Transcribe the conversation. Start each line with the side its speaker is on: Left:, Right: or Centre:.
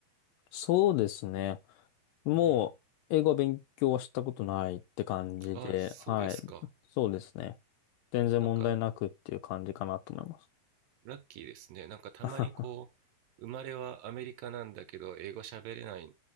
Left: そうですね。もう英語は勉強はしたことないって感じで、
Right: うんあそうですか
Left: はい。そうですね。全然問題なくっていう感じかなと思います。
Right: なんかラッキーですね。なんかたまにこう、
Left: <laughs>
Right: 生まれはアメリカなんだけど、英語喋れない、